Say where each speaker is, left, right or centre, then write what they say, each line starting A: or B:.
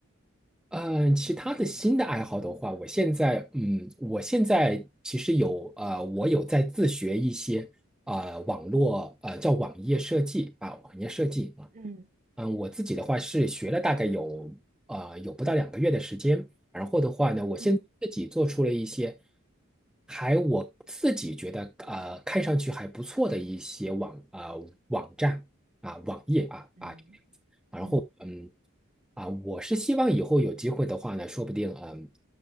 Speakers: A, in the centre; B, on the right (about 35°).
A: 嗯、呃其他的新的爱好的话，我现在嗯我现在其实有啊呃我有在自学一些啊、呃网络呃叫网页设计啊网页设计啊。
B: 嗯
A: 嗯，我自己的话是学了大概有呃有不到两个月的时间，然后的话呢，我现在自己做出了一些
B: 嗯
A: 还我自己觉得呃看上去还不错的一些网呃网站啊网页啊啊，
B: 嗯
A: 然后嗯
B: 嗯
A: 啊，我是希望以后有机会的话呢，说不定嗯